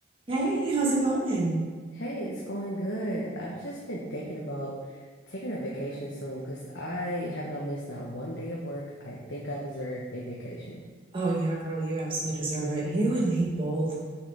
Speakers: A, on the right (about 25°); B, on the left (about 75°).
A: Hey, how's it going?
B: Hey, it's going good. I've just been thinking about taking a vacation soon because I have not missed not one day of work. I think I deserve a vacation.
A: Oh, yeah, girl, you absolutely deserve it. You and me both.